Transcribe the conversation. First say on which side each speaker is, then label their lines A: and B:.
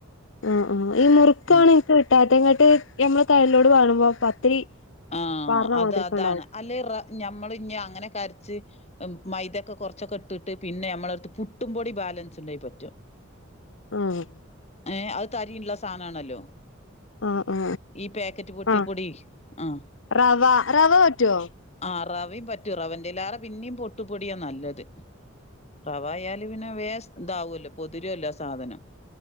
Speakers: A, on the left; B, on the left.
A: ആ ആ ഈ മുറുക്കാണ്
B: ഉം
A: എനിക്ക് കിട്ടാത്തത്. അങ്ങട്ട് ഞമ്മള് കൈയിലോട്ട് പകരുമ്പോ പത്തിരി,
B: ആഹ
A: പാർന്ന
B: അത്
A: മാതിരിയൊക്കെ
B: അതാണ്
A: ഉണ്ടാവും
B: അല്ലെ റ ഞമ്മള് ഇനി അങ്ങനെ കരച്ച്, മൈദോക്കെ കുറച്ചൊക്കെ ഇട്ടിട്ട്, പിന്നെ നമ്മടെ എടുത്ത് പുട്ടുംപൊടി ബാലൻസ് ഉണ്ടായാപറ്റും.
A: ആഹ്.
B: ഏ അത് തരിയുള്ള സാനാണല്ലോ.
A: ആ ആ
B: ഈ പാക്കറ്റ് പുട്ടി
A: ആ
B: പൊടി. ആഹ്
A: റവ റവ പറ്റുവോ
B: ആ റവയും പറ്റും. റവന്റെല്ലാതെ പിന്നേയു പുട്ടുപൊടിയാ നല്ലത്. റവ ആയാല് പിന്നെ വേസ് ഇതാവുമല്ലോ പൊതിരുവല്ലോ സാധനം.